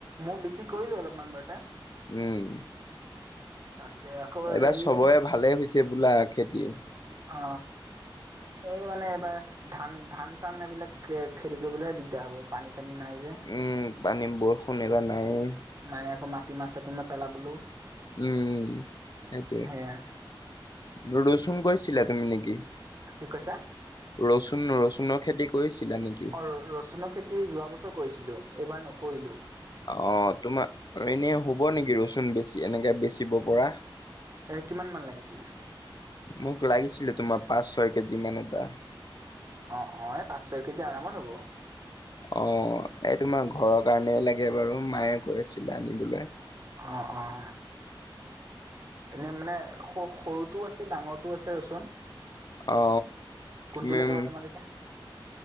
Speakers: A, on the right (about 40°); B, on the left (about 50°).
A: মই বিকি কৰিলো অলপমান বৰ্তে
B: উম
A: তাকে আকৌ
B: এইবাৰ
A: হেৰিয়ে
B: চবৰে
A: মানে
B: ভালে হৈছে বোলা খেতি
A: অ এই মানে এইবাৰ ধান ধান চান এইবিলাক খেতি কৰিবলৈহে দিগদাৰ হ'ব পানী চানী নাই যে
B: উম পানী বৰষুণ এইবাৰ নাই এ
A: নাই আকৌ মাটি মাহ চাতিমাহ পেলাবলেও
B: উম সেইটোৱে
A: সেয়া
B: ৰচুন কৈৰিছিলা তুমি নেকি
A: কি কৈছা
B: ৰচুন ৰচুনৰ খেতি কৰিছিলা নেকি
A: অ ৰচুনৰ খেতি যোৱা বছৰ কৰিছিলো এইবাৰ নকৰিলো
B: অ তোমাৰ এনেই হ'ব নেকি ৰচুন বেছি এনেকে বেচিব পৰা?
A: এ কিমান মান লাগিছিলে
B: মোক লাগিছিলে তোমাৰ পাঁচ ছয় কেজি মান এটা
A: অ অ এই পাঁচ ছয় কেজি আৰামত হ'ব
B: অ এই তোমাৰ ঘৰৰ কাৰণেই লাগে বাৰু মায়ে কৈ আছিলে আনিবলৈ
A: অঁ অঁ এনে মানে স সৰুটোও আছে ডাঙৰটোও আছে ৰচুন
B: অ
A: কোনটো
B: মেম
A: লাগে বা তোমাক এতিয়া